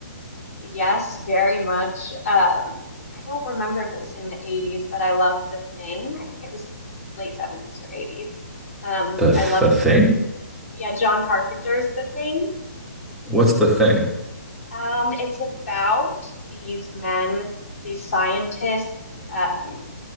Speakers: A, on the left; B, in the centre.
A: Yes, very much. Um, I don't remember if it was in the 80s, but I love The Thing. I think it was late 70s or 80s. Um,
B: The
A: I love,
B: the thing?
A: yeah, John Carpenter's The Thing.
B: What's the thing?
A: Um, it's about these men, these scientists, um,